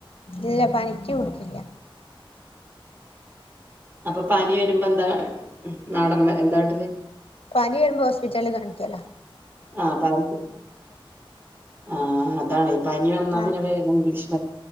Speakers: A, on the left; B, on the right.
A: ഇല്ല പനിക്ക് കുട്ക്കില്ല.
B: അപ്പം പനി വരുമ്പോ എന്താ കാ നാടം മേ എന്താട്ടല്?
A: പനി വരുമ്പോ ഹോസ്പിറ്റല് കാണിക്കല.
B: ആഹ് പാരസെന്റ്. ആഹ് അതാണെ. പനി വന്നാ
A: ആഹ്
B: പിന്നെ വേഗം ബിഷ്